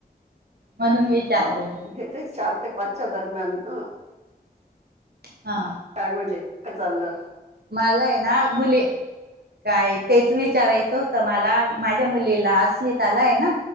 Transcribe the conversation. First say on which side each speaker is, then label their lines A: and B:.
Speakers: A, on the right; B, on the right.
A: म्हणून विचारलं
B: हो
A: मी
B: गेतोय चार ते पाचच्या दरम्यान ह
A: हा
B: काय म्हणते काय चालं
A: माझा आहे ना मुले काय तेच विचारायचं होतं मला माझ्या मुलीला अस स्मिताला आहे ना